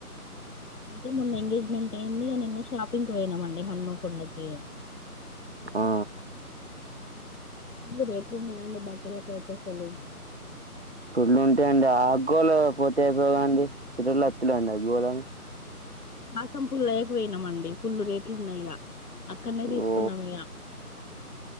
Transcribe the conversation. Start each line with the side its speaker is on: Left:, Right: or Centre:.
Left: అయితే మొన్న ఎంగేజ్మెంట్ అయింది కాని మొన్న షాపింగ్ పోయినామండి హన్మకొండకి
Right: ఆ ఆ
Left: ఫుల్లు రేట్లు ఉన్నాయండి బట్టలకు అసలు
Right: పడ్లు ఉంటాయిండి ఆగ్గోలు పోతే అయిపోవండి చిరలు అత్తులేండి ఆగ్గోళని
Left: మాసం పుల్లు లేయకపోయినామండి పుల్లు రేట్లు ఉన్నాయిగా అక్కడనే తీసుకున్నాను
Right: ఓ
Left: గా